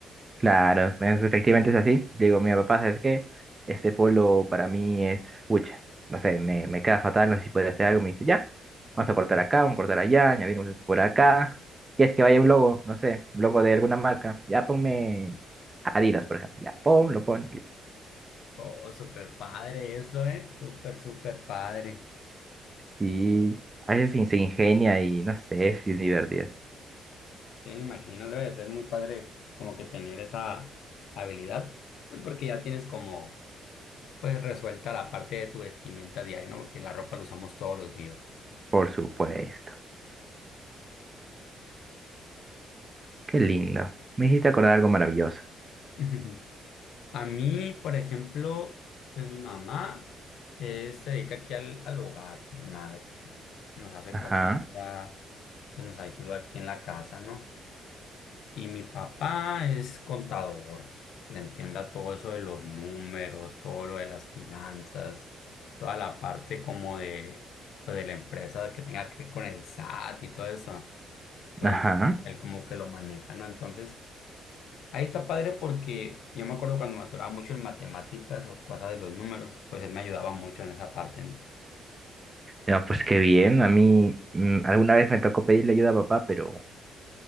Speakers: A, on the right; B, on the left.
A: claro, es- efectivamente es así. Le Digo, mira, papá, ¿sabes qué? Este polo para mí es pucha. No sé, me, me queda fatal, no sé si puede hacer algo. Me dice, ya, vamos a cortar acá, vamos a cortar allá, añadimos esto por acá. ¿Quieres que vaya un logo? No sé, un logo de alguna marca. Ya ponme Adidas, por ejemplo. Ya, pon, lo pone.
B: Oh, súper padre eso, ¿eh? Súper, súper padre.
A: Sí, a veces se se ingenia y no sé, es bien divertido.
B: Sí, me imagino, debe de ser muy padre como que tener esa habilidad, pues porque ya tienes como, pues, resuelta la parte de tu vestimenta diaria, ¿no? Porque la ropa la usamos todos los días.
A: Por supuesto. Qué lindo. Me hiciste acordar algo maravilloso.
B: <laughs> A mí, por ejemplo, pues mi mamá eh, se dedica aquí al, al hogar, mi madre, sí. Nos hace
A: Ajá,
B: comida, pues nos ayuda aquí en la casa, ¿no? Y mi papá es contador, le entienda todo eso de los números, todo lo de las finanzas, toda la parte como de, pues, de la empresa que tenga que ver con el SAT y todo eso, pues
A: ajá.
B: él como que lo maneja, ¿no? Entonces... Ahí está padre porque yo me acuerdo cuando me atoraba mucho en matemáticas o cosas de los números, pues él me ayudaba mucho en esa parte, ¿no?
A: No, pues qué bien. A mí mm, alguna vez me tocó pedirle ayuda a papá, pero